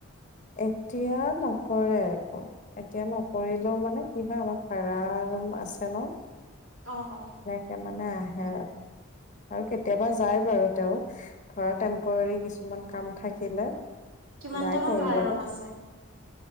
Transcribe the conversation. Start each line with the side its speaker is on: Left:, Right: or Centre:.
Left: এতিয়া নকৰে একো। এতিয়া নকৰিলেও মানে কি হয় আমাৰ ভাৰা ৰুম আছে ন?
Right: অ অ।
Left: এ মানে আহে। আৰু কেতিয়াবা যাই বাৰু তেও, ধৰা টেম্পৰী কিছুমান কাম থাকিলে
Right: কিমানটামান
Left: ওলাই কৰিবলৈ,
Right: ভাড়া ৰুম আছে?